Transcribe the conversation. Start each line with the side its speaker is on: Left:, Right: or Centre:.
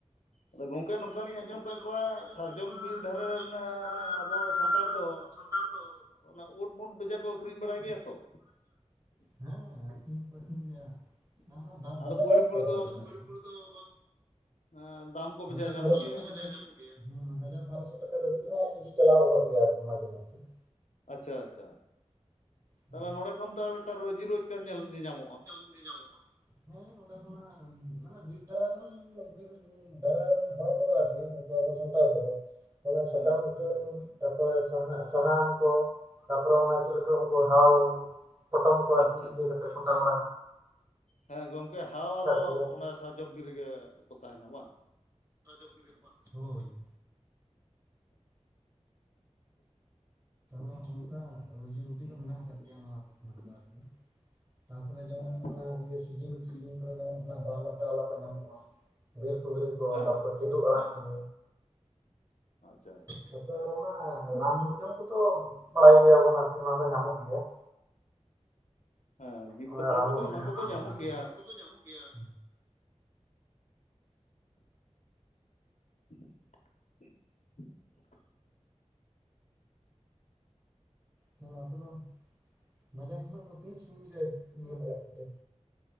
Left: ᱟᱫᱚ ᱜᱚᱝᱠᱮ ᱱᱚᱝᱠᱟ ᱞᱤᱧ
Right: ᱟᱫᱚ
Left: ᱟᱸᱡᱚᱢ
Right: ᱜᱚᱝᱠᱮ
Left: ᱟᱠᱟᱫ
Right: ᱱᱚᱝᱠᱟᱞᱤᱧ
Left: ᱠᱚᱣᱟ
Right: ᱟᱸᱡᱚᱢ
Left: ᱥᱟᱨᱡᱚᱢ
Right: ᱠᱟᱜ ᱠᱚᱣᱟ,
Left: ᱵᱤᱨ ᱫᱷᱟᱨᱮ
Right: ᱥᱟᱨᱡᱚᱢ
Left: ᱨᱮᱱ
Right: ᱵᱤᱨ ᱫᱷᱟᱨᱮ ᱨᱮᱱ
Left: ᱟᱵᱚ ᱥᱟᱱᱛᱟᱲ ᱫᱚ
Right: ᱟᱵᱚ ᱥᱟᱱᱛᱟᱲ ᱛᱟᱲ ᱫᱚ
Left: ᱚᱱᱟ ᱩᱴ ᱢᱚᱱ ᱵᱮᱡᱟ ᱠᱚ ᱟᱹᱠᱷᱨᱤᱧ ᱵᱟᱲᱟᱭ ᱜᱮᱭᱟ ᱛᱚ,
Right: ᱦᱮᱸ <unintelligible> ᱠᱤᱨᱤᱧ ᱜᱮᱭᱟ, ᱚᱱᱟ ᱫᱚᱢᱮ
Left: ᱟᱫᱚ ᱯᱳᱭᱞᱳ
Right: ᱫᱟᱢ
Left: ᱯᱳᱭᱞᱳ
Right: ᱛᱚ <unintelligible>
Left: ᱦᱮᱸ, ᱫᱟᱢ ᱠᱚ
Right: ᱦᱟᱡᱟᱨ
Left: ᱵᱮᱡᱟ ᱧᱟᱢᱚᱜ
Right: ᱵᱟᱨᱳᱥᱚ
Left: ᱜᱮᱭᱟ
Right: <unintelligible> ᱵᱮᱡᱟᱭ ᱧᱟᱢᱚᱜ ᱜᱮᱭᱟ ᱾ ᱦᱮᱸ, ᱦᱟᱡᱟᱨ ᱵᱟᱨᱚᱥᱚ ᱴᱟᱠᱟ ᱫᱷᱟᱹᱵᱤᱡ ᱫᱚ ᱦᱟᱸᱜ ᱠᱮᱡᱤ ᱪᱟᱞᱟᱣ ᱜᱚᱫᱚᱜ ᱜᱮᱭᱟ, ᱟᱨᱠᱤ ᱢᱟᱡᱷᱮ ᱢᱚᱫᱽᱫᱷᱮ ᱾
Left: ᱟᱪᱪᱷᱟ ᱟᱪᱪᱷᱟ,
Right: ᱦᱮᱸ
Left: ᱛᱟᱦᱚᱞᱮ ᱱᱚᱲᱮ ᱠᱷᱚᱱ ᱛᱚ ᱟᱨ ᱢᱤᱫᱴᱟᱝ ᱨᱩᱡᱤ ᱨᱳᱡᱽᱜᱟᱨ ᱧᱮᱞ ᱧᱮᱧᱟᱢᱚᱜᱼᱟ ᱾
Right: ᱧᱟᱢᱚᱜᱼᱟ ᱦᱮᱸ ᱱᱚᱸᱰᱮ ᱠᱷᱚᱱᱟᱜ ᱢᱟᱱᱮ ᱵᱤᱨ ᱫᱷᱟᱨᱮ <inaudible> ᱫᱷᱟᱨᱮ ᱨᱮᱱ ᱦᱚᱲ ᱠᱚᱫᱚ ᱟᱨᱠᱤ ᱩᱱᱠᱩ ᱟᱵᱚ ᱥᱟᱱᱛᱟᱲ ᱠᱚᱫᱚ ᱾ ᱥᱟᱠᱟᱢ
Left: ᱦᱮᱸ
Right: <unintelligible> ᱛᱟᱯᱚᱨᱮ ᱥᱟᱦᱟᱜ ᱥᱟᱦᱟᱱ ᱠᱚ, ᱛᱟᱯᱚᱨᱮ ᱚᱱᱟ ᱪᱮᱫ ᱞᱮᱠᱟ ᱩᱱᱠᱩ ᱦᱟᱣ ᱯᱚᱴᱚᱢ ᱠᱚ ᱟᱨᱠᱤ
Left: ᱟᱪᱪᱷᱟ
Right: ᱤᱭᱟᱹ ᱠᱟᱛᱮᱜ ᱠᱚᱴᱟ ᱵᱟᱲᱟ ᱠᱟᱛᱮᱜ
Left: ᱦᱮᱸ ᱜᱚᱝᱠᱮ ᱦᱟᱣ ᱟᱨᱚ
Right: ᱜᱮᱭᱟ
Left: ᱚᱱᱟ ᱥᱟᱨᱡᱚᱢ ᱵᱤᱨ ᱨᱮᱜᱮ ᱠᱚ ᱛᱟᱦᱮᱱᱟ ᱵᱟᱝ?
Right: ᱥᱟᱨᱡᱚᱢ ᱵᱤᱨ ᱨᱮᱢᱟ, ᱦᱳᱭ, ᱛᱟᱦᱚᱞᱮ ᱚᱱᱠᱟ ᱨᱩᱡᱤ ᱨᱩᱴᱤ ᱠᱚ ᱢᱮᱱᱟᱜ ᱠᱟᱜ ᱜᱮᱭᱟ ᱱᱚᱣᱟ ᱠᱚ ᱠᱷᱚᱱᱟᱜ ᱫᱚ ᱟᱨᱠᱤ ᱾ ᱛᱟᱯᱚᱨᱮ ᱡᱮᱢᱚᱱ
Left: ᱦᱮᱸ
Right: ᱚᱱᱟ ᱤᱭᱟᱹ ᱥᱤᱡᱤᱱ ᱥᱤᱡᱤᱱ ᱵᱟᱣᱞᱟ ᱴᱟᱟᱣᱞᱟ ᱠᱚ ᱧᱟᱢᱚᱜᱼᱟ, ᱵᱤᱨ ᱠᱩᱸᱫᱽᱨᱤ ᱠᱚ
Left: ᱦᱮᱸ
Right: ᱛᱟᱯᱚᱨ ᱠᱤᱫᱩᱜ ᱟᱲᱟᱜ ᱠᱚ ᱾
Left: ᱟᱪᱪᱷᱟ ᱟᱪᱪᱷᱟ
Right: <unintelligible> ᱨᱟᱱ ᱢᱩᱨᱜᱟᱹᱱ ᱠᱚᱫᱚ ᱵᱟᱲᱟᱭ ᱜᱮᱭᱟ ᱵᱚᱱ ᱟᱨᱠᱤ ᱚᱱᱟ ᱫᱚ ᱧᱟᱢᱚᱜ ᱜᱮᱭᱟ ᱾ <inaudible>
Left: ᱦᱮᱸ ᱵᱤᱨ
Right: ᱦᱮ ᱜᱚᱝᱠᱮ
Left: ᱯᱟᱠᱟᱲ ᱨᱮᱫᱚ ᱚᱱᱟ ᱠᱚᱫᱚ ᱧᱟᱢᱚᱜ
Right: ᱚᱱᱟ
Left: ᱜᱮᱭᱟ
Right: ᱠᱚᱫᱚ ᱧᱟᱢᱚᱜ ᱜᱮᱭᱟ ᱾
Left: <inaudible>
Right: ᱛᱟᱦᱚᱞᱮ ᱟᱯᱮ ᱫᱚ ᱵᱟᱡᱟᱨ ᱠᱷᱚᱱᱟᱜ ᱫᱚ ᱛᱤᱱ ᱥᱟᱺᱜᱤᱧ ᱨᱮ ᱚᱞᱚᱜ ᱠᱚᱫᱚ?